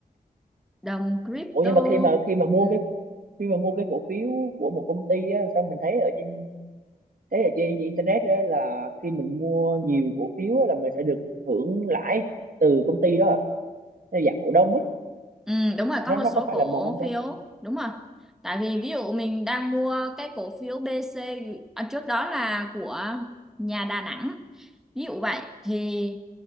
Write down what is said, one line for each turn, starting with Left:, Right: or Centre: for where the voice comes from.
Centre: đồng crypto
Right: ủa nhưng mà khi mà khi mà mua
Centre: Ừ.
Right: cái khi mà mua cái cổ phiếu của một công ty á sao mình thấy ở trên thấy ở trên internet á là khi mình mua nhiều cổ phiếu á, là mình sẽ được hưởng lãi từ công ty đó à? Theo dạng cổ đông ấy
Centre: Ừ, đúng rồi
Right: nó
Centre: có một
Right: nó có
Centre: số
Right: phải
Centre: cổ
Right: là một công
Centre: phiếu
Right: ty
Centre: đúng rồi tại vì ví dụ mình đang mua cái cổ phiếu BC à, trước đó là của nhà Đà Nẵng ví dụ vậy thì